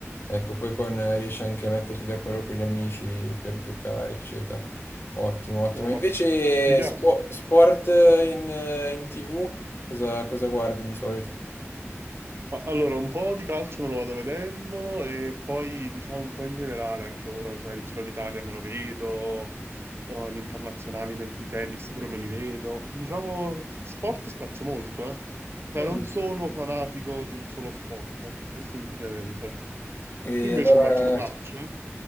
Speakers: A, on the left (about 50°); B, on the right (about 55°).
A: Ecco, poi con, eh, riesci anche a metterti d'accordo con gli amici per giocare, eccetera. Ottimo, ottimo.
B: No, ma
A: Invece
B: più che,
A: spo- sport in, eh, in TV, cosa, cosa guardi di solito?
B: Ma Allora, un po' di calcio me lo vado vedendo e poi diciamo un po' in generale anche ora, cioè il Giro d'Italia me lo vedo, eh, gli internazionali me- di tennis pure me li vedo. Diciamo, sport spazio molto, eh. Cioè,
A: Mm.
B: non sono fanatico di un solo sport, questo indubbiamente.
A: E
B: Tu invece
A: allora,
B: immagino calcio, eh?